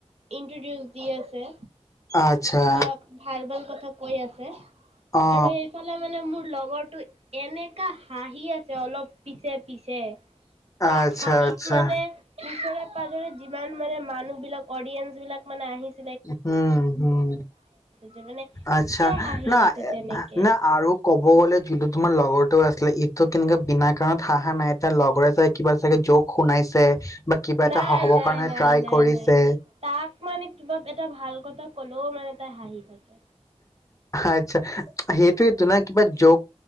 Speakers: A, on the right; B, on the left.
A: ইনট্ৰডিউচ দি আছে।
B: আচ্ছা
A: কিবা ভাল ভাল কথা কৈ আছে।
B: অ
A: আৰু এইফালে মানে মোৰ লগৰটো এনেকা হাঁহি আ অলপ পিছে পিছে তাৰ
B: আচ্ছা
A: হাঁহিত
B: আচ্ছা
A: মানে পাজৰে যিমান মানে মানুহ বিলাক অডিয়েন্ঞ্চ বিলাক মানে আহিছ
B: হুম হুম,
A: যে মানে
B: আচ্ছা,
A: কিয় হাঁহি
B: না
A: আছে তেনেকে
B: না আৰু কব গলে যোনটো তোমাৰ লগৰতো আছিলে ইটো তেনেকুৱা বিনা কাৰণত হাহা নাই তাৰ লগৰে চাগ কিবা চাগে জক শুনাইছে বা কিবা এটা
A: নাই,
B: হহবৰ
A: নাই,
B: কাৰণে
A: নাই,
B: ট্ৰাই
A: নাই,
B: কৰিছে
A: নাই তাক মানে কিবা এটা ভাল কথা কলো সিমান এটা হাঁহি থাকে।
B: আচ্ছা, সেইটোৱেটো ন কিবা যক